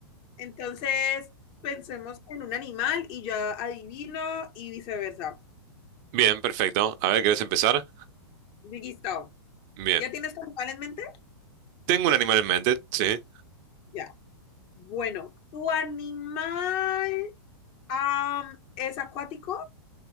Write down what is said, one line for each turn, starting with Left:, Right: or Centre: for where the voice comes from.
Left: Entonces, pensemos en un animal y yo adivino y viceversa.
Right: Bien, perfecto. A ver, ¿querés empezar?
Left: Listo.
Right: Bien.
Left: ¿Ya tienes tu animal en mente?
Right: Tengo un animal en mente, sí.
Left: Ya. Bueno, ¿tu animal am, es acuático?